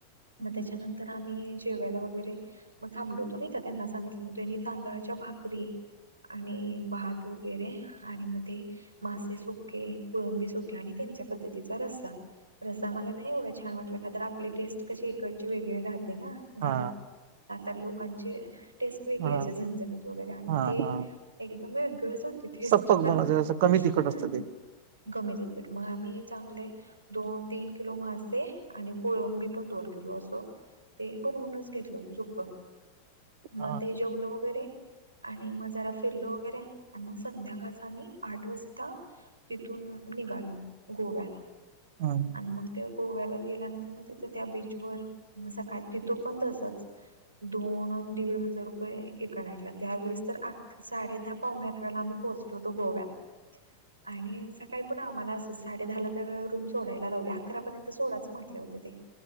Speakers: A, on the right (about 75°); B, on the right (about 50°).
A: म त्याच्यानंतर आम्ही जेवायला वगैरे म थांबो होतो नाही का त्यांना सांगितलं म त्यांनी तांदळाच्या भाकरी आणि भात वगैरे आणि म ते मासे सुख्खे कोळंबी सुख्खे आणि त्यांच्या पद्धतीचा रस्सा. रस्सा मला नाही एवढं छान वाटलं का तर आपली टेस्ट कशी इकडची वेगळी राहते ना.
B: हा
A: गा सातार लोकांची टेस्ट वेगळी
B: हा
A: असे झणझणीत वगैरे आणि
B: हा
A: ते
B: हा
A: एकदमे गरज होती टेस्ट
B: सप्पक
A: मला
B: बनवते
A: नाही
B: असं कमी तिखट
A: हम्म.
B: असतं ते
A: कमी देेटकेट मग आम्ही चांगले दोन तीन किलो मासे आणि कोळंबी पण दोन किलो असं ते बनवूनच घेतलं होतं सुक्क
B: हा
A: म ते जेवलं वगैरे आणि मग जरा फिरलो वगैरे आणि मग संध्याकाळ आम्ही आठ वाजता तिथून निघालो गोव्याला.
B: हां.
A: म त्या गोव्याला गेल्यानंतर मग तिथं त्या बीचवर सकाळी तिथो पण तसच दोन दीड हजार रुपये एका नाईटला त्यावेेळेस तर साडे दहा पावणे अकराला आम्ही पोचलोतो गोव्यात आणि सकाळी पण आम्हाला असच साडे दहाला तर रूम सोडायला लावली अकरापर्यंत तर सोडाच म्हटले होते ते